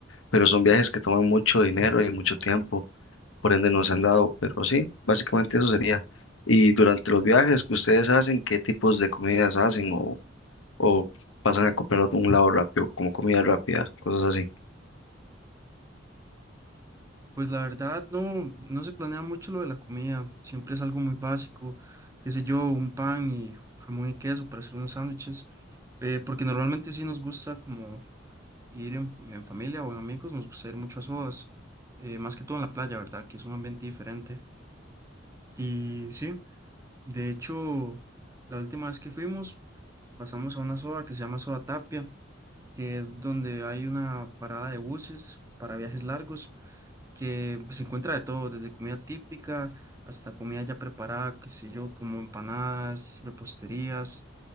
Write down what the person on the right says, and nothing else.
Pues la verdad no, no se planea mucho lo de la comida, siempre es algo muy básico, qué sé yo, un pan y jamón y queso para hacer unos sándwiches, eh, porque normalmente sí nos gusta como ir en, en familia o en amigos, nos gusta ir mucho a sodas, eh, más que todo en la playa, ¿verdad? Que es un ambiente diferente. Y sí, de hecho, la última vez que fuimos, pasamos a una soda que se llama Soda Tapia, que es donde hay una parada de buses para viajes largos que pues, se encuentra de todo, desde comida típica hasta comida ya preparada, qué sé yo, como empanadas, reposterías.